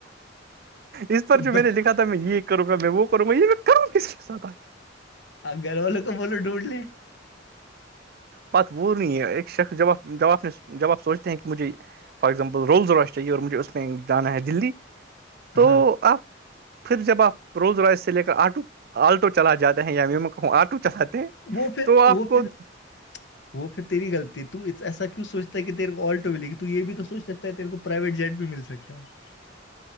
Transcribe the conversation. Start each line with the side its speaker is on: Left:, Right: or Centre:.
Right: اس پر جو
Left: بھائی،
Right: میں نے لکھا تھا میں یہ کروں گا میں وہ کروں گا یہ میں کروں کسی کے ساتھ آخر
Left: آ گھر والوں کا بولو ڈھونڈ لی
Right: بات وہ نہیں ہے ایک شخص جو جواب نے جواب سوچتے ہیں کہ مجھے فار ایگزامپل رولز راش چاہیے اور مجھے اس میں جانا ہے دلی تو
Left: ہاں
Right: آپ پھر جب آپ روز رائ سے لے کر آٹو آٹو چلا جاتے ہیں یا م میں کہوں آٹو چلاتے ہیں
Left: وہ پھر
Right: تو آپ
Left: وہ
Right: کو
Left: پھر
Right: <inaudible> <inaudible>
Left: وہ پھر تیری غلطی تو ایسا کیوں سوچتا کہ تیرے کو الٹو ملے گی تو یہ بھی تو سوچ سکتا ہے تیرے کو پرائیویٹ جٹ بھی مل سکتا ہے